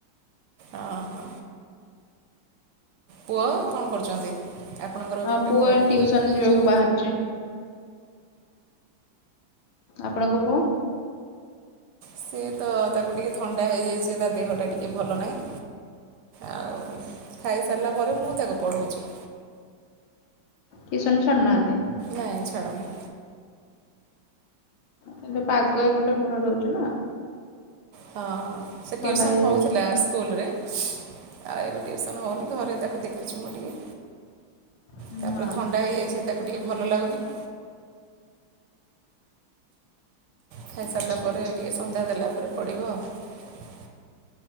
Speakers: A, on the right; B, on the left.
A: ଅ ହ ପୁଅ କଣ କରୁଚନ୍ତି ଆପଣଙ୍କର
B: ହଁ
A: ଗୋଟେ ପୁଅ ବା?
B: ଟିଉସନ ଯିବାକୁ ବାହାରୁଛି ଆପଣଙ୍କ ପୁଅ?
A: ସିଏ ତ ତାକୁ ଟିକେ ଥଣ୍ଡା ହେଇଯାଇଚି ତା ଦେହଟା ଟିକିଏ ଭଲ ନାହିଁ। ଆଉ ଖାଇସାରିଲା ପରେ ମୁଁ ତାକୁ ପଢ଼ଉଚି।
B: ଟିଉସନ୍ ଛାଡୁନାହାନ୍ତି?
A: ନାଇଁ ଛାଡୁନି।
B: କିନ୍ତୁ ପାଗ ଏପଟେ ପୁରା ଦଉଚିନା
A: ହଁ ସେ
B: ଥଣ୍ଡା
A: ଟିଉସନ୍
B: ହେଇଯାଉଛି
A: ହଉଥିଲା
B: ଆଉ।
A: ସ୍କୁଲରେ। ଆଉ ଏବେ ଟିଉସନ୍ ହଉନି ଘରେ ତାକୁ ଦେଖୁଚି ମୁଁ ଟିକେ।
B: ହଁ
A: ତାପରେ ଥଣ୍ଡା
B: ହଁ।
A: ହେଇଯାଇଚି ତାକୁ ଟିକେ ଭଲ ଲାଗୁନି। ଖାଇସାରିଲା
B: ଆଚ୍ଛା
A: ପରେ ଟିକେ ସନ୍ଧ୍ୟା ଦେଲା ପରେ ପଡ଼ିବ ଆଉ।